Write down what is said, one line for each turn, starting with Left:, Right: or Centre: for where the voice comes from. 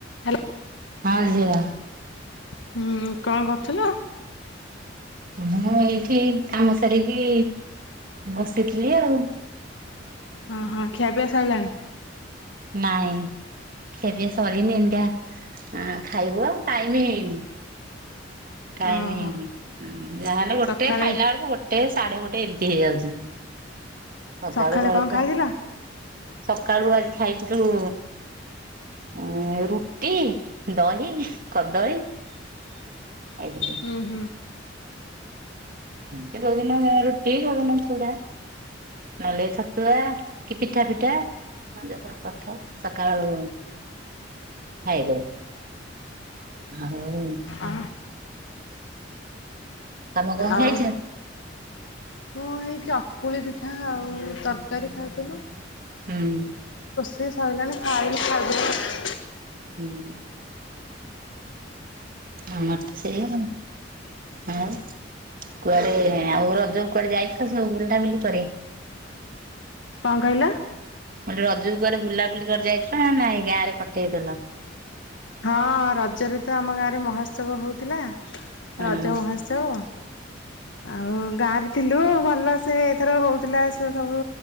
Left: Hello
Right: <inaudible> ଆହା ଯିବା
Left: ହୁଁ କଣ କରୁଥିଲ।
Right: ମୁଁ ଏଇଠି କାମ ସାରିକି ବସିଥିଲି ଆଉ।
Left: ହଁ ହଁ ଖିଆପିୟା ସଇଲାଣି।
Right: ନାଇଁ ଖିଆପିୟା ସରିନି ଏହିନିକା ହେଁ ଖାଇବୁ ଆଉ ଟାଇମ ହେଇନି ଟାଇମ
Left: ଓହୋ
Right: ହେଇନି ହୁଁ ଯାହେଲେ ଗୋଟେ
Left: ସକାଳେ
Right: ଖାଇଲା ବେଳକୁ ଗୋଟେ। ସାଢେଗୋଟେ ଏମିତି ହେଇଯାଉଛି। ସକାଳୁ
Left: ସକାଳେ
Right: ଜଳଖିଆ
Left: କଣ ଖାଇଥିଲ?
Right: ସକାଳୁ ଆଜି ଖାଇିଥିଲୁ। ହୁଁ ରୁଟି ଦହି କଦଳୀ ଖାଇଥିଲି
Left: ହୁଁ ହୁଁ।
Right: କୋଉଦିନ ରୁଟି କୋଉଦିନ ଚୁଡା। ନହେଲେ ଛତୁଆ କି ପିଠା ପିଠା। ଯାହା କଣ କରୁଥା ସକାଳ ଖାଇଦଉ ଆଉ।
Left: ଆ
Right: ତମେ କଣ
Left: ଆଉ
Right: ଖାଇଛ?
Left: ମୁଁ ଏଇ ଚକ ଚକୁଳି ପିଠା ଆଉ ତରକାରୀ ଖାଇଥିଲୁ।
Right: ହୁଁ
Left: ସେ ସଇଲାଣି ଖାଇିନୁ ଖାଇଦବୁ।
Right: ହୁଁ ଆମର ସେଇଆ ଆ ଆଉ କୁଆଡେ ଆଉ ରଜ କୁଆଡେ ଯାଇଥିଲ ସବୁ ବୁଲାବୁଲି କରି।
Left: କଣ କହିଲ।
Right: ମୁଁ କହିଲି ରଜ କୁ କୁଆଡେ ବୁଲାବୁଲି କରି ଯାଇଥିଲ ନା ନାଇ ଗାଁ ରେ କଟେଇଦେଲ?
Left: ହଁ ରଜରେ ତ ଆମ ଗାଁ ରେ ମହୋତ୍ସବ ହଉଥିଲା।
Right: ହଁ
Left: ରଜ ମହାସ୍ଛୋବ ଆଉ ଗାଁରେ ଥିଲୁ ଭଲ ସେ। ଏଥର ହଉଥିଲା ସ ସବୁ